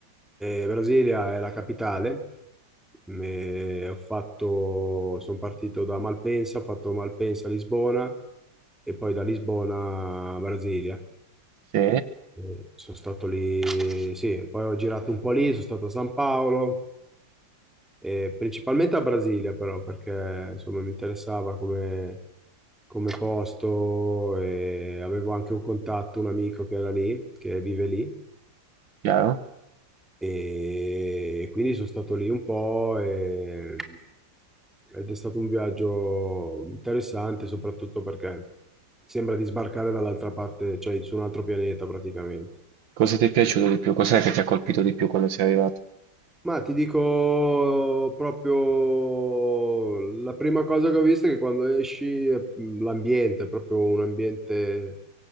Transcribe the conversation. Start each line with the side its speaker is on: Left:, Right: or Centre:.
Centre: Eh, Brasilia è la capitale, e ho fatto, sono partito da Malpensa, ho fatto Malpensa a Lisbona e poi da Lisbona a Brasilia.
Right: Sì,
Centre: Eh, sono stato lì, sì, poi ho girato un po' lì, sono stato a San Paolo. E principalmente a Brasilia, però, perché insomma mi interessava come, come posto e avevo anche un contatto, un amico che era lì, che vive lì,
Right: chiaro.
Centre: e quindi sono stato lì un po' e- ed è stato un viaggio interessante, soprattutto perché sembra di sbarcare dall'altra parte, cioè su un altro pianeta praticamente.
Right: Cosa ti è piaciuto di più? Cos'è che ti ha colpito di più quando sei arrivato?
Centre: Ma ti dico proprio la prima cosa che ho visto è che quando esci mh, l'ambiente è proprio un ambiente,